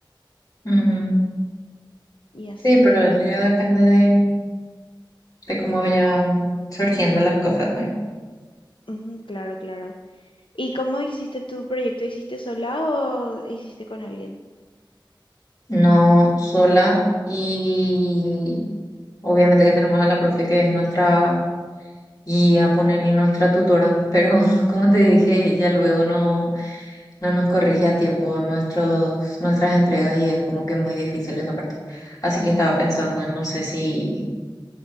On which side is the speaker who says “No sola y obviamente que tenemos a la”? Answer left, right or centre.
Left